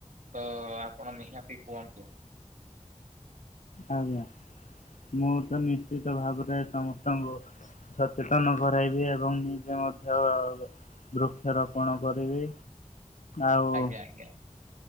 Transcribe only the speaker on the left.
ଆଜ୍ଞା। ମୁଁ ତ ନିଜେ ତ ଭାବୁଥାଏ ସମସ୍ତଙ୍କୁ ସଚେତନ କରାଇବି ଏବଂ ନିଜ ମଧ୍ୟ ବୃକ୍ଷରୋପଣ କରିବି ଆଉ